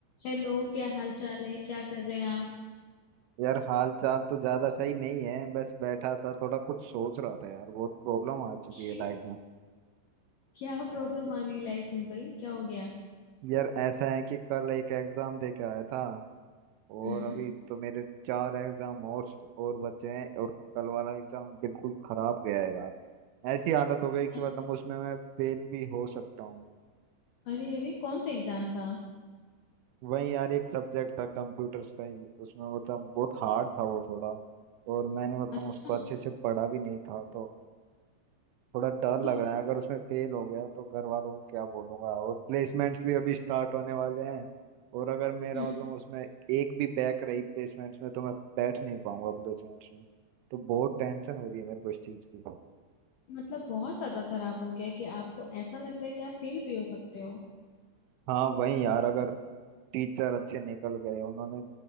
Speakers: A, on the left; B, on the right.
A: Hello क्या हाल चाल है क्या कर रहे हैं आप
B: यार हाल चाल तो ज्यादा सही नहीं है बस बैठा था थोड़ा कुछ सोच रहा था यार बहुत प्रॉब्लम आ चुकी
A: क्यों
B: है लाइफ में
A: क्या प्रॉब्लम आ गई लाइफ में भाई क्या हो गया
B: यार ऐसा है कि कल एक एग्जाम दे के आया था और
A: हम्म
B: अभी तो मेरे चार एग्जाम और और बचे हैं और कल वाला एग्जाम बिल्कुल खराब गया है यार ऐसी हालत हो गई कि
A: अ-
B: मतलब उसमें मैं फेल भी हो सकता हूँ
A: अरे अरे कौन सा एग्जाम था
B: वहीं यार एक सब्जेक्ट था कंप्यूटर्स का ही उसमें मतलब बहुत हार्ड था वो थोड़ा और मैंने मतलब
A: अच्छा
B: उसको अच्छे से पढ़ा भी नहीं था तो थोड़ा डर
A: तो
B: लग रहा है अगर उसमें फेल हो गया तो घर वालों को क्या बोलूंगा और प्लेसमेंट्स भी अभी स्टार्ट होने वाले हैं और अगर मेरा
A: हम्म
B: मतलब उसमें एक भी बैक रही प्लेसमेंट्स में तो मैं बैठ नहीं पाऊंगा प्लेसमेंट्स में तो बहुत टेंशन हो रही है मेरे को इस चीज़ की
A: मतलब बहुत ज्यादा खराब हो गया कि आपको ऐसा लग रहा है कि आप फेल भी हो सकते हो
B: हाँ वही यार अगर टीचर अच्छे निकल गए उन्होंने